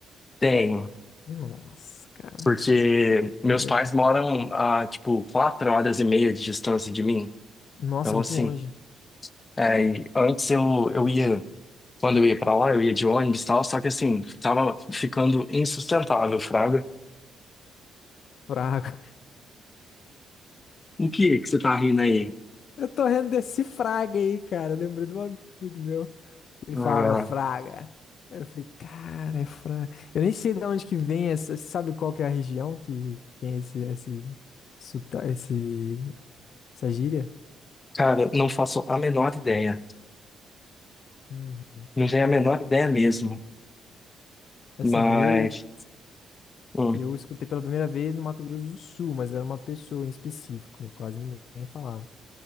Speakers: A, on the left (about 25°); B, on the left (about 60°).
A: tenho.
B: Nossa, cara,
A: Porque meus
B: é
A: pais
B: demais.
A: moram a, tipo, quatro horas e meia de distância de mim.
B: Nossa,
A: Então,
B: é muito
A: assim,
B: longe.
A: é, e antes eu, eu ia. Quando eu ia pra lá, eu ia de ônibus e tal, só que assim, tava ficando insustentável, Fraga.
B: Fraga.
A: O que é que você tá rindo aí?
B: Eu tô rendendo desse fraga aí, cara. Eu Lembrei de um amigo meu. Ele
A: Ah,
B: falava Fraga. Aí Eu falei, cara, é Fraga. Eu nem sei de onde que vem essa. Você Sabe qual que é a região que, que tem esse, esse, sota- esse, essa gíria?
A: cara, não faço a menor ideia.
B: Uhum.
A: Não tenho a menor ideia mesmo.
B: Assim,
A: Mas.
B: eu,
A: hum,
B: eu escutei pela primeira vez no Mato Grosso do Sul, mas era uma pessoa em específico, quase ninguém falava.